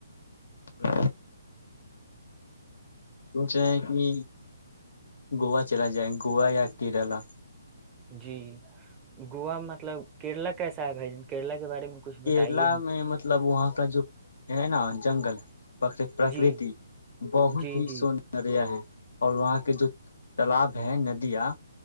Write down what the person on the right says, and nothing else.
جی گوا مطلب کیرلا کیسا ہے بھائی ج کیرلا کے بارے میں کچھ بتائیے
ہم کو
جی
جی
جی